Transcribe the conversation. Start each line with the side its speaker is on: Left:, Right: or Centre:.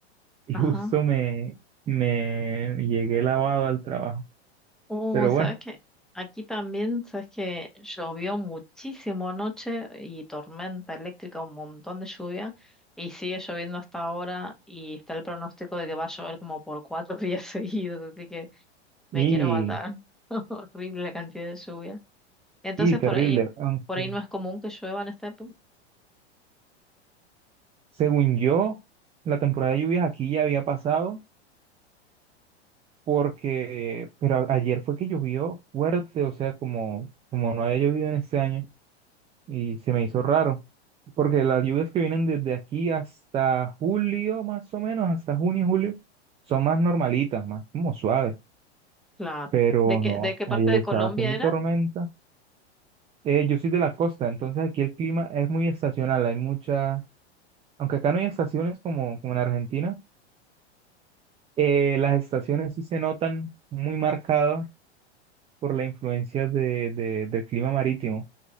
Right: y
Centre: Ajá.
Right: <laughs> justo me, me llegué lavado al trabajo,
Centre: Uy,
Right: pero
Centre: ¿sabes
Right: bueno,
Centre: qué? Aquí también, ¿sabes qué? Llovió muchísimo anoche y tormenta eléctrica, un montón de lluvia y sigue lloviendo hasta ahora y está el pronóstico de que va a llover como por cuatro <laughs> días seguidos, así que
Right: y,
Centre: me quiero matar. <laughs> Horrible la cantidad de lluvia. Entonces
Right: y terrible,
Centre: por ahí,
Right: aunque
Centre: por ahí no es común que llueva en esta época.
Right: según yo la temporada de lluvias aquí ya había pasado porque, pero a- ayer fue que llovió fuerte, o sea, como, como no había llovido en este año. y se me hizo raro, porque las lluvias que vienen desde aquí hasta julio, más o menos, hasta junio, julio, son más normalitas, más como suaves,
Centre: Claro.
Right: pero
Centre: ¿De qué,
Right: no,
Centre: de qué parte
Right: ayer
Centre: de
Right: estaba
Centre: Colombia
Right: haciendo
Centre: era?
Right: tormenta. Eh, yo soy de la costa, entonces aquí el clima es muy estacional, hay mucha, aunque acá no hay estaciones como, como en Argentina, eh, las estaciones sí se notan muy marcadas por la influencia de, de- del clima marítimo